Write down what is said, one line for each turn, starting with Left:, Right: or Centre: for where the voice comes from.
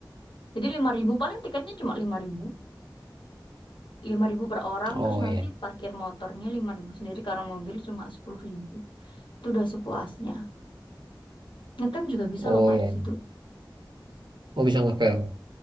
Left: Jadi lima ribu paling tiketnya cuma lima ribu, lima ribu per orang
Right: Oh
Left: terus nanti
Right: iya.
Left: parkir motornya 5.000 sendiri karena mobil cuma 10.000. Itu udah sepuasnya. Ngetem juga bisa
Right: Oh
Left: loh Kak
Right: iya.
Left: di
Right: iya.
Left: situ.
Right: Oh bisa ngecamp.